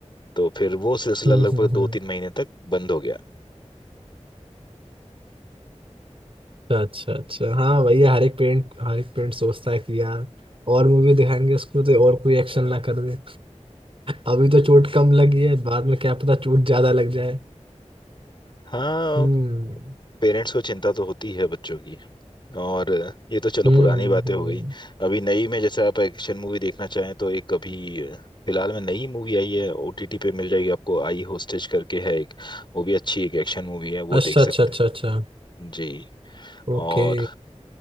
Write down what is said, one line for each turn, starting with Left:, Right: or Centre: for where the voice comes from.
Left: तो फिर वो सिलसिला
Right: हम्म
Left: लगभग
Right: हम्म हम्म,
Left: दो
Right: हम्म।
Left: तीन महीने तक बंद हो गया
Right: अच्छा अच्छा अच्छा हाँ भैया हर एक पेरेंट हर एक पेरेंट सोचता है कि यार और मूवी दिखाएंगे उसको तो और कोई एक्शन ना कर दे अभी तो चोट कम लगी है बाद में क्या पता चोट ज्यादा लग जाए
Left: हाँ
Right: हम्म
Left: पेरेंट्स को चिंता तो होती है बच्चों की और ये तो चलो
Right: हम्म
Left: पुरानी
Right: हम्म
Left: बातें
Right: हम्म।
Left: हो गई अभी नई में जैसे आप एक्शन मूवी देखना चाहें तो एक अभी फिलहाल में नई मूवी आई है ओटीटी पे मिल जाएगी आपको आई होस्टेज करके है एक वो भी अच्छी एक एक्शन मूवी है वो
Right: अच्छा
Left: देख सकते
Right: अच्छा अच्छा अच्छा
Left: हैं जी और
Right: ओके